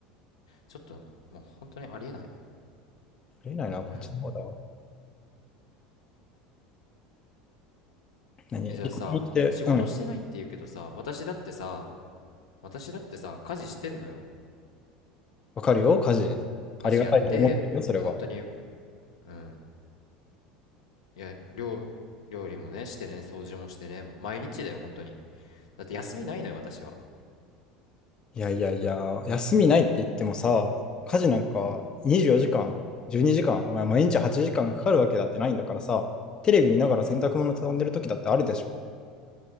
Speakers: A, on the left; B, on the left.
A: ちょっと、もう本当にありえない。
B: りえないな、こっちの方だわ。
A: うん。
B: 何離婚して、
A: え、じゃあさ、仕事してないって言うけどさ、
B: うん、
A: 私だってさ、私だってさ、家事してんのよ。
B: わかるよ、家事。
A: 家事やって、
B: ありがたいと思ってるよ、それは。
A: もう本当に、うん。いや、料、料理もね、してね、掃除もしてね、毎日だよ、本当に。だって休みないのよ、私は。
B: いやいやいや、休みないって言ってもさ、家事なんか24時間、12時間、まあ、毎日8時間がかかるわけだってないんだからさ、テレビ見ながら洗濯物畳んでる時だってあるでしょ。